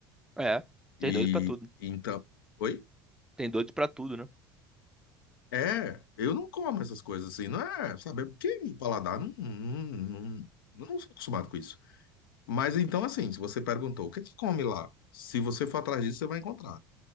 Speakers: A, in the centre; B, on the left.
A: É. Tem
B: E
A: doido pra tudo.
B: então. Oi?
A: Tem doido pra tudo, né?
B: É, eu não como essas coisas assim, não é, sabe? é Porque meu paladar não, não, não, não sou acostumado com isso. Mas então, assim, se você perguntou o que é que come lá, se você for atrás disso, você vai encontrar.